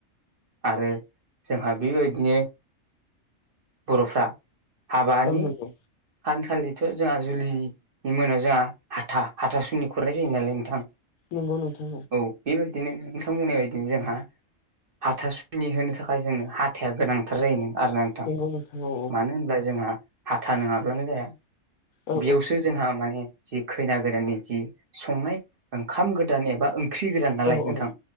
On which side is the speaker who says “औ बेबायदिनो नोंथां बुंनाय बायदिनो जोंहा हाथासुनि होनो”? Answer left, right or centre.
Right